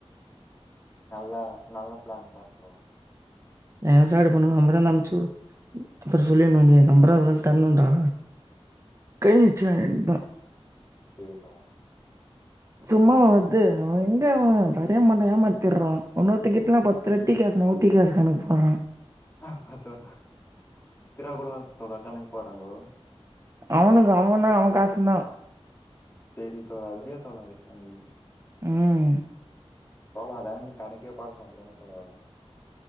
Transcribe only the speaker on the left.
நல்ல நல்ல ப்ளன் தா தோழா
சேரி தோழா
ஆ அ தெர்ல பத்து ரூவா கூட தோழா கணக்கு போடுறாங்கோ
சேரி தோழா அப்டியா தோழா இருக்காய்ங்க
தோழா அதா நீ கணக்கே பாக்க மாட்டுறானு தோழா